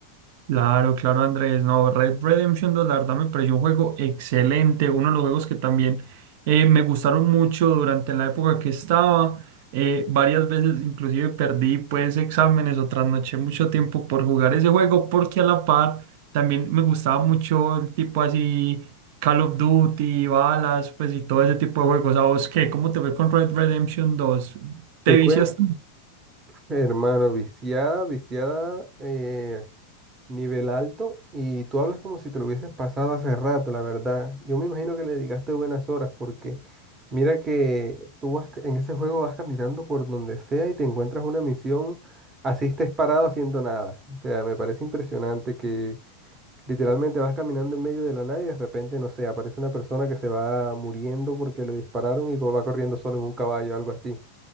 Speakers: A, on the right (about 50°); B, on the right (about 25°).
A: Claro, claro, Andrés. No, Red Redemption dos, la verdad me pareció un juego excelente. Uno de los juegos que también eh, me gustaron mucho durante la época que estaba. Eh, varias veces inclusive perdí pues exámenes o trasnoché mucho tiempo por jugar ese juego porque a la par también me gustaba mucho el tipo así Call of Duty, balas, pues y todo ese tipo de juegos. ¿A vos qué? ¿Cómo te fue con Red Redemption dos? ¿Te
B: Te
A: viciaste?
B: cuento, hermano, viciada, viciada, eh, Nivel alto y tú hablas como si te lo hubieses pasado hace rato, la verdad. Yo me imagino que le dedicaste buenas horas porque mira que tú vas ca- en ese juego vas caminando por donde sea y te encuentras una misión, así estés parado haciendo nada. O sea, me parece impresionante que literalmente vas caminando en medio de la nada y de repente, no sé, aparece una persona que se va muriendo porque le dispararon y co- va corriendo solo en un caballo, algo así.